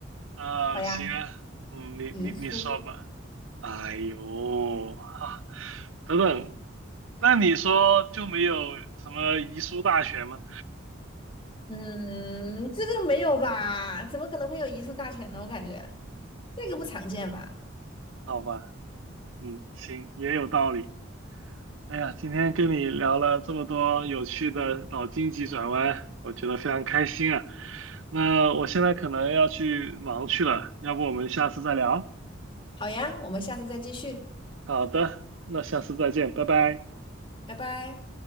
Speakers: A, on the right (about 80°); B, on the left (about 25°).
A: 啊，
B: 好呀。
A: 行啊，嗯，你你你说吧。
B: 遗书，
A: 哎呦，啊，等等，那你说就没有什么遗书大全吗？
B: 嗯，这个没有吧？怎么可能会有遗书大全呢？我感觉这个不常见吧。
A: 好吧。嗯，行，也有道理。哎呀，今天跟你聊了这么多有趣的脑筋急转弯，我觉得非常开心啊。那我现在可能要去忙去了，要不我们下次再聊？
B: 好呀，我们下次再继续，
A: 好的，那下次再见，拜拜。
B: 拜拜。